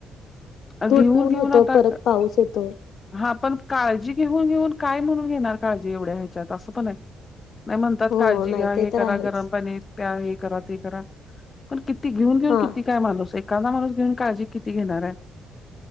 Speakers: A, on the left (about 35°); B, on the left (about 75°).
A: अ,
B: थोडं
A: घेऊन
B: ऊन
A: घेऊन
B: होतं,
A: आता
B: परत पाऊस येतोय.
A: हा पण काळजी घेऊन, घेऊन काय म्हणून घेणार काळजी एवढ्या ह्याच्यात असं पण आहे. आणि म्हणतात
B: हो
A: काळजी
B: नाही
A: घ्या, हे
B: ते तर
A: करा,
B: आहेच
A: गरम पाणी प्या, हे करा, ते करा. पण किती घेऊन, घेऊन
B: हा
A: किती काय माणूस एकादा माणूस घेऊन काळजी किती घेणार आहे?